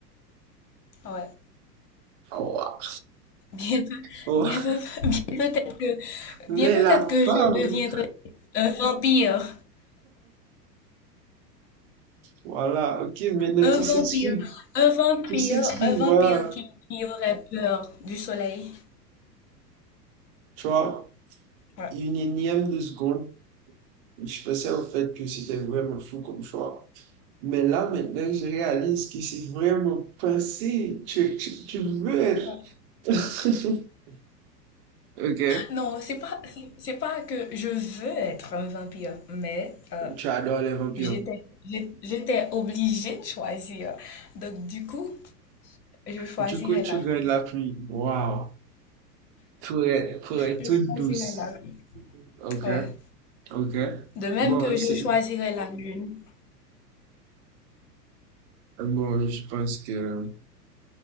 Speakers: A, on the left; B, on the right.
A: Ouais.
B: Oh, wa-
A: Bien, peu-
B: oh,
A: bien, peu- bien peut-être que,
B: mais
A: bien peut-être
B: la
A: que
B: femme,
A: je deviendrai un vampire,
B: voilà, ok, maintenant
A: un
B: tu
A: vampire,
B: s'expliques,
A: un vampire,
B: tu s'expliques,
A: un vampire
B: voilà.
A: qui, qui aurait peur du soleil.
B: Tu vois,
A: Ouais.
B: une énième de seconde, je pensais au fait que c'était vraiment fou comme choix. Mais là, maintenant, je réalise que c'est vraiment pensé. Tu, tu, tu veux être.
A: ouais.
B: <laughs> Ok.
A: Non, c'est pas, c'est c'est pas que je veux être un vampire, mais euh,
B: Tu adores les vampires.
A: j'étais, j'ai- j'étais obligée de choisir. Donc du coup. Je choisirais
B: Du coup, tu
A: la pluie.
B: gagnes la pluie. Waouh. Pour être, pour être
A: Je
B: toute
A: choisirais
B: douce.
A: la pluie.
B: Ok,
A: Ouais.
B: ok.
A: De même
B: Bon,
A: que
B: c'est,
A: je choisirais la lune.
B: bon, je pense que,